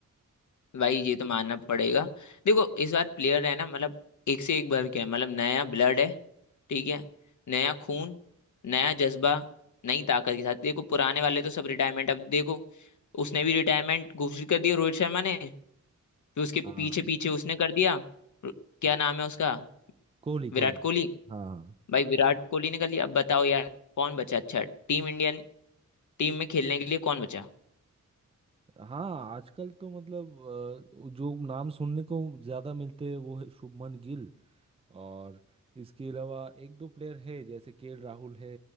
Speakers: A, on the left; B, on the right.
A: भाई ये तो मानना पड़ेगा देखो इस बार प्लेयर है ना मतलब एक से एक भर के है मतलब नया ब्लड है ठीक है नया खून नया जज्बा नई ताकत के साथ देखो पुराने वाले तो सब रिटायरमेंट अब देखो उसने भी रिटायरमेंट घोषित कर दिया रोहित शर्मा ने फिर उसके
B: हाँ
A: पीछे पीछे उसने कर दिया र- क्या नाम है उसका
B: कोहली कोहली
A: विराट कोहली
B: हाँ हाँ
A: भाई विराट कोहली ने कर लिया अब बताओ यार कौन बचा अच्छा टीम इंडियन टीम में खेलने के लिए कौन बचा
B: हाँ आजकल तो मतलब अ, जो नाम सुनने को ज्यादा मिलते हैं वो है शुभमन गिल और इसके अलावा एक दो प्लेयर है जैसे केएल राहुल है